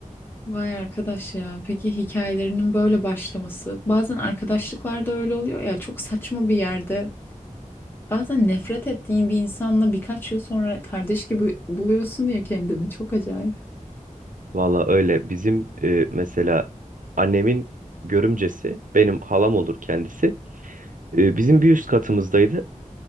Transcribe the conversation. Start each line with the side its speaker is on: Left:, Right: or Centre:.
Left: Vay arkadaş ya. Peki hikayelerinin böyle başlaması. Bazen arkadaşlıklarda öyle oluyor ya. Çok saçma bir yerde. Bazen nefret ettiğin bir insanla birkaç yıl sonra kardeş gibi buluyorsun ya kendini. Çok acayip.
Right: Valla öyle. Bizim e, mesela annemin görümcesi benim halam olur kendisi. E, bizim bir üst katımızdaydı.